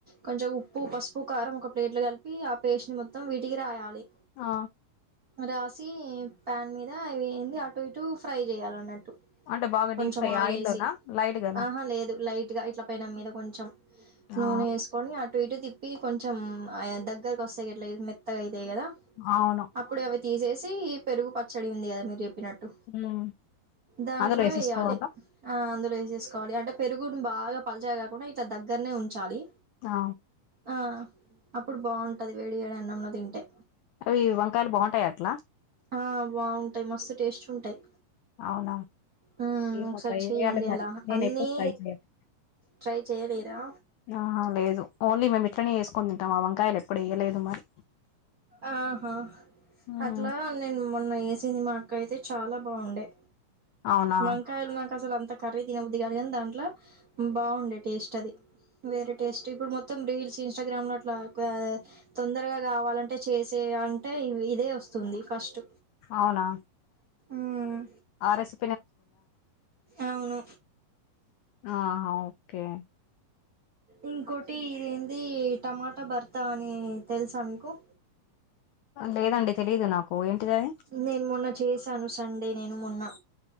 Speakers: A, on the right; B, on the left.
A: కొంచం ఉప్పు పసు ఉ కారం ఒక ప్లేట్లు కలిపి ఆ పేస్ట్ ని మొత్తం వీటికి రాయాలి
B: ఆ
A: రాసి పాన్ మీద అవి ఏంది అటు ఇటు ఫ్రై చేయాల అన్నట్టు
B: అంటే బాగా
A: కొంచెం
B: డీప్ ఫ్రై
A: ఆయిల్
B: ఆయిల్లోనా
A: వేసి
B: లైట్ గానా
A: ఆహా లేదు లైట్ గ ఇట్ల పైన మీద కొంచెం నూనె
B: ఆ
A: వేసుకొని అటు ఇటు తిప్పి కొంచెం ఆ దగ్గరకు వస్తే గ ఎట్లా మె అత్తగైతాయి కద
B: అవును
A: అప్పుడు అవి తీసేసి ఈ పెరుగు పచ్చడి ఉంది కద మీరు చెప్పినట్టు
B: ఉమ్.
A: దన్
B: అందులో
A: లో
B: వేసేసుకోవాలా
A: వేయాలి ఆ అందులో చేసుకోవాలి అంటే పెరుగుని బాగా పలిచాయి కాకుండా ఇట్ల దగ్గరనే ఉంచాలి
B: ఆ
A: ఆ అప్పుడు బాగుంటది వేడివేడి అన్నంలో తింటే
B: అవి వంకాయలు బాగుంటయ అట్ల
A: ఆ బాగుంటాయి మస్తు టేస్ట్ ఉంటాయి
B: అవునా
A: మ్మ్
B: ఏమో
A: ఒకసారి
B: ట్రై
A: చెయ్యండి
B: చేయాలి మరి
A: అలా
B: నేను
A: అన్నీ
B: ఎప్పుడు ట్రై చేయాలి
A: ట్రై చేయలేదా
B: ఆ లేదు ఓన్లీ మే పట్టనే వేసుకని తింటం ఆ వంకాయలు ఎప్పుడు వేయలేదు మరి
A: ఆహా
B: ఉమ్.
A: అట్లా నేను మొన్న సినిమాకు అయితే చాలా బాగుండే
B: అవునా
A: మంకాయలు నాకసలు అంత అ కర్రీ తినబుది కానీ కానీ దాంట్లో బాగుండే టేస్ట్ అది వేరే టేస్ట్ ఇప్పుడు మొత్తం రీల్స్ ఇన్స్టాగ్రామ్ లో అట్లా తొందరగా కావాలంటే చేసే అంటే ఇదే వస్తుంది ఫస్ట్
B: అవునా
A: మ్మ్
B: ఆర్ఎస్
A: అవును
B: ఆహా ఓకే
A: ఇంకోటి ఇది ఏంది టమాటా భర్త అని తెలుసా మీకు
B: లేదండి తెలీదు నాకు ఏంటిది అది
A: నేను మొన్న చేసాను కండే నేను మొన్న